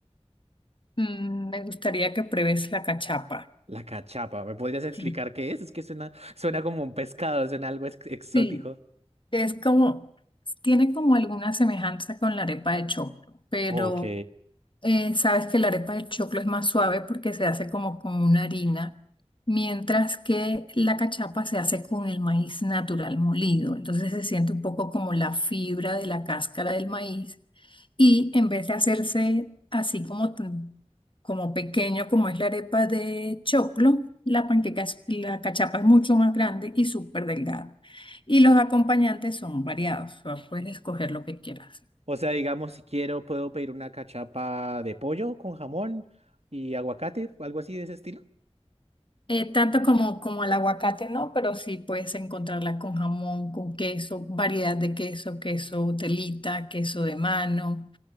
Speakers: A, on the left; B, on the right.
A: Mm, me gustaría que pruebes la cachapa.
B: La cachapa, ¿me podrías explicar
A: Sí.
B: qué es? Es que suena, suena como un pescado, suena algo ex- exótico.
A: Sí, es como, tiene como alguna semejanza con la arepa de choclo, pero
B: Ok.
A: Eh, sabes que la arepa de choclo es más suave porque se hace como con una harina, mientras que la cachapa se hace con el maíz natural molido. Entonces se siente un poco como la fibra de la cáscara del maíz y en vez de hacerse así como, tan- como pequeño como es la arepa de choclo, la panqueca, es- la cachapa es mucho más grande y súper delgada. Y los acompañantes son variados, o sea, puedes escoger lo que quieras.
B: O sea, digamos, si quiero, puedo pedir una cachapa de pollo con jamón y aguacate, algo así de ese estilo.
A: Eh, tanto como, como el aguacate, no, pero sí puedes encontrarla con jamón, con queso, variedad de queso, queso telita, queso de mano,